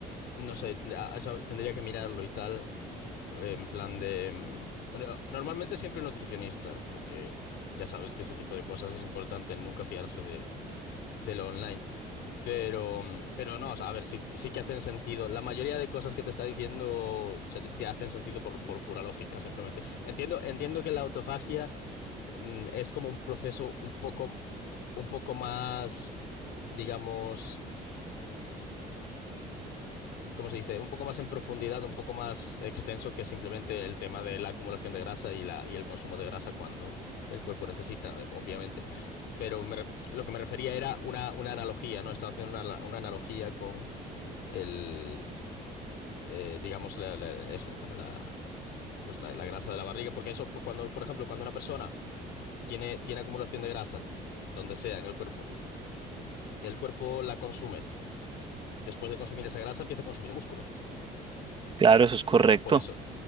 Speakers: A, on the left (about 80°); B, on the right (about 30°).
A: no sé, tend- a- eso tendría que mirarlo y tal, en plan de... mm, no- Normalmente siempre nutricionista, porque ya sabes que ese tipo de cosas es importante, nunca fiarse de, de lo online. Pero, mm, pero no, o sea, a ver, sí, sí que hacen sentido. La mayoría de cosas que te está diciendo ChatGPT hacen sentido por, por pura lógica, simplemente. Entiendo, entiendo que la autofagia, mm, es como un proceso un poco, un poco más, digamos... ¿cómo se dice? Un poco más en profundidad, un poco más extenso que simplemente el tema de la acumulación de grasa y, la, y el consumo de grasa cuando el cuerpo necesita, obviamente. Pero me re- lo que me refería era una, una analogía, ¿no? Estaba haciendo una, una analogía con el, eh, digamos, la- la- eso, la, la- pues la, la grasa de la barriga, porque eso, pues, cuando, por ejemplo, cuando una persona tiene, tiene acumulación de grasa, donde sea en el cuerpo, el cuerpo la consume. Después de consumir esa grasa empieza a consumir músculo.
B: Claro, eso es correcto.
A: Por eso